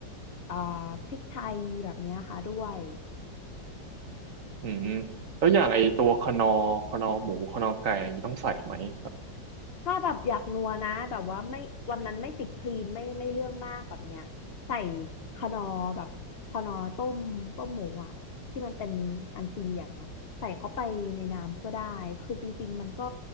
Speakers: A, on the left (about 50°); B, on the right (about 55°).
A: เอ่อพริกไทยแบบเนี้ยค่ะด้วย
B: อืมแล้วอย่างไอตัวคนอร์คนอร์หมูคนอร์ไก่อะไรอย่างนี้ต้องใส่ไหมครับ
A: ถ้าแบบอยากนัวนะแบบว่าไม่วันนั้นไม่ติดคลีนไม่ไม่เรื่องมากแบบเนี้ยใส่คนอร์แบบคนอร์ต้มต้มหมูอ่ะที่มันเป็นอันสี่เหลี่ยมเนาะใส่เข้าไปในน้ำก็ได้คือจริงๆมันก็